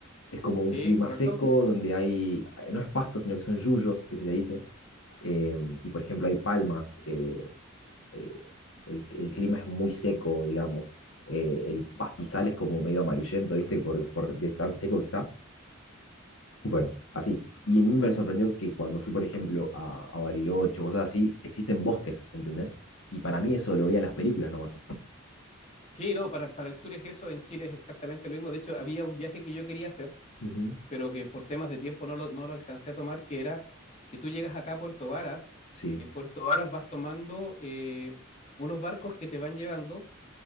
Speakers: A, on the left; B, on the left.
A: Es como un
B: Sí,
A: clima
B: correcto.
A: seco donde hay, no es pasto, sino que son yuyos, que se le dice. em, y por ejemplo, hay palmas. eh, eh, el, el clima es muy seco, digamos. eh, el pastizal es como medio amarillento, ¿viste? Por, por de tan seco que está. Bueno, así. Y a mí me sorprendió que cuando fui, por ejemplo, a, a Bariloche cosas así, existen bosques, ¿entendés? Y para mí eso lo veía en las películas nomás.
B: Sí, no, para, para el sur es eso. En Chile es exactamente lo mismo. De hecho, había un viaje que yo quería hacer.
A: Ujú,
B: pero que por temas de tiempo no lo, no lo alcancé a tomar, que era que tú llegas acá a Puerto Varas
A: Sí.
B: y en Puerto Varas vas tomando eh, unos barcos que te van llevando,